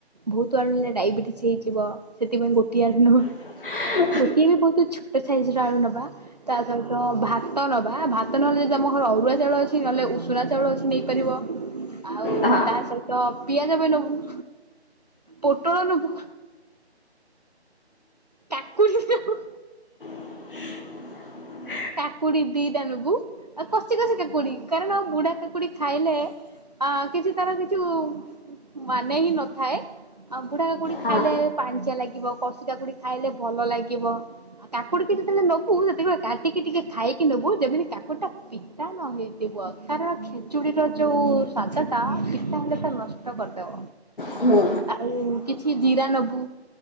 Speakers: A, on the right; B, on the left.
A: ବହୁତ ଆଳୁ ନେଲେ ଡାଇବେଟିସ୍ ହେଇଯିବ ସେଥିପାଇଁ ଗୋଟିଏ ଆଳୁ ନବା।
B: <inaudible>
A: ଗୋଟିଏ ବି ବହୁତ ଛୋଟ ସାଇଜି ର ଆଳୁ ନବା ତା ସହିତ ଭାତ ନବା ଭାତ ନହେଲେ ଯଦି ଆମର ଅରୁଆ ଚାଉଳ ଅଛି ନହେଲେ ଉଷୁନା ଚାଉଳ ଅଛି ନେଇପାରିବ। ଆଉ
B: ହଁ
A: ତା ସହିତ ପିଆଜ ବି ନବୁ। ପୋଟଳ ନବୁ କାକୁଡ଼ି ନବୁ।
B: <inaudible>
A: କାକୁଡି ଦିଟା ନବୁ ଆଉ କସିି କସିି କାକୁଡି କାରଣ ବୁଢା କାକୁଡି ଖାଇଲେ ଆ କିଛି ତାର କିଛି ଉ ମାନେ ହିଁ ନଥାଏ। ବୁଢ଼ା କାକୁଡ଼ି
B: ହଁ
A: ଖାଇଲେ ପାଣିଚିଆ ଲାଗେ। ବ କଷି କାକୁଡି ଖାଇଲେ ଭଲ ଲାଗିବ ଆଉ କାକୁଡି ଯେତେବେଳେ ନବୁ ସେତେବେଳେ ଟିକେ ଟିକେ ଖାଇକି ନେବୁ ଯେମିତି କାକୁଡି ଟା ପିତା ନ ହେଇଥିବ କାରଣ ଖେଚୁଡ଼ିର ଯଉ ସାଜାତା ପିତା ହେଲେ ତ ନଷ୍ଟ କରିଦବ।
B: ହୁଁ
A: ଆଉ କିଛି ଜିରା ନବୁ